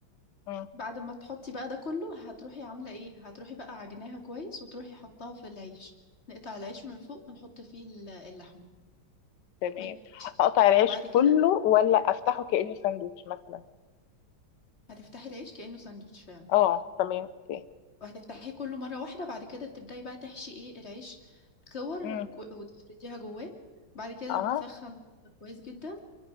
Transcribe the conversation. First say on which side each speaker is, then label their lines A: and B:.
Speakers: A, on the left; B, on the left.
A: مم.
B: بعد ما تحطي بقى ده كله هتروحي عاملة ايه هتروحي بقى عجناها كويس وتروحي حطاها في العيش نقطع العيش من فوق ونحط فيه ال- اللحمة
A: تمام
B: ماشي
A: اقطع العيش
B: بعد كده
A: كله ولا افتحه كأنه ساندوتش مثلا
B: هتفتحي العيش كأنه ساندوتش فعلا
A: اه تمام اوكي
B: وهتفتحيه كله مرة واحدة بعد كده تبدأي بقى تحشي ايه العيش كور
A: امم
B: كو- وتفرديها جواه بعد كده
A: اه
B: نسخن كويس جدا